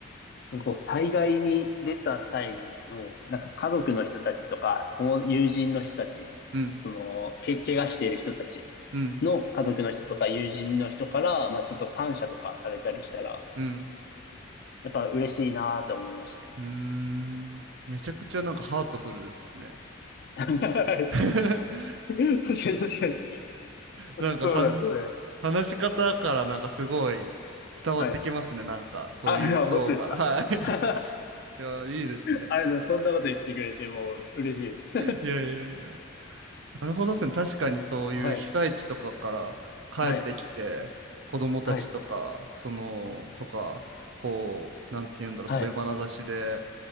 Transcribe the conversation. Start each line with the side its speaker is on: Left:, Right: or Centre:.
Left: なんかこう災害に出た際の、なんか家族の人たちとか、友友人の人たち、
Right: うん。
Left: その、け、怪我している人たち
Right: うん。
Left: の家族の人とか友人の人から、まあちょっと感謝とかされたりしたら、
Right: うん。
Left: やっぱ嬉しいなーって思いましたね。
Right: うーん。めちゃくちゃなんかハートフルっすね。
Left: <laughs> 確か
Right: <laughs>
Left: に確かに。
Right: なんかはん、
Left: そうなんですよね。
Right: 話し方からなんかすごい伝わってきますね。
Left: はい。
Right: なんかそういう像が。
Left: あ、いや、本当ですか。
Right: <laughs> はい。<laughs>
Left: <laughs>
Right: いや、いいですね。
Left: あれだ、そんなこと言ってくれてもう嬉しいです。
Right: いやいやいや。なるほどですね。確かにそういう被災地とかから帰ってきて、
Left: <laughs> はい。はい、
Right: 子供たちとか、
Left: はい、
Right: その、とか、こう、なんて言うんだろう、
Left: はい。
Right: そういう眼差しで、